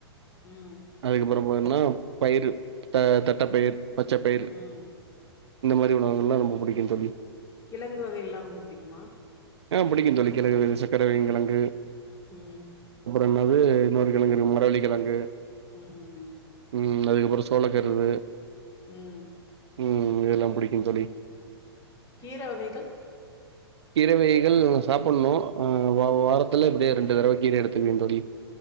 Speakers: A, on the left; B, on the right.
A: ம் ம்
B: அதுக்கப்புறம் போன்னா பயிர் த தட்ட பயிர் பச்ச பயிர்
A: ம்
B: இந்த மாரி உணவுகங்கல்லாம் ரொம்ப பிடிக்கும்ன்ன தோழி
A: கிழங்கு வகை எல்லாம் ரொம்ப புடிக்குமா
B: ஆஹ் புடிக்கும் தொலி கிழகு சக்கர வள்ளி கெழங்கு
A: உம்
B: என்னாது இன்னொரு கிழங்கு இருக்கும் மர வள்ளி கிழங்கு
A: உம் உம்
B: உம் அதுக்கப்புற சோளக்கருது
A: உம்
B: உம் இதெல்லாம் புடிக்கும்ன்னு தோழி
A: கீர வகைகள்
B: கீரை வகைகள் சாப்பணும் ஆஹ் வாரத்துல எப்படியும் ரெண்டு தடவை கீர எடுத்துகுவேன் தோழி